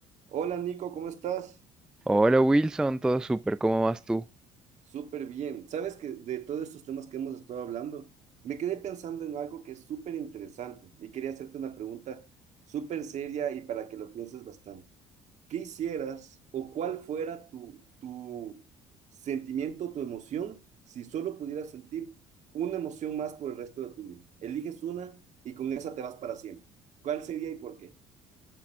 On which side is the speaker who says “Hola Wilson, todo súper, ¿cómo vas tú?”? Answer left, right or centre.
Centre